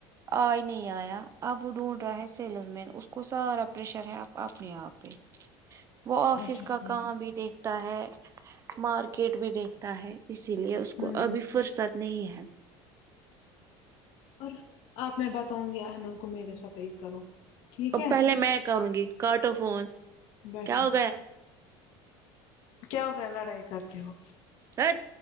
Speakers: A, on the right; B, on the left.
A: آ ہی نہیں آیا اب وہ ڈھونڈ رہا ہے سیلز مین اس کو سارا پریشر ہے آب اپنے آپ پہ وہ آفس
B: اچھا
A: کا
B: ٹھیک
A: کام بھی دیکھتا ہے مارکیٹ بھی دیکھتا ہے اسی لیے اس کو
B: ہوں ہوں
A: ابھی فرصت نہیں ہے
B: اور آپ میں بتاؤں گی ایمن کو میرے ساتھ ایک کرو ٹھیک ہے
A: پہلے میں کروں گی کاٹو فون
B: بیٹھو
A: کیا ہو گیا
B: کیا بے لڑائی کرتے ہو
A: ہٹ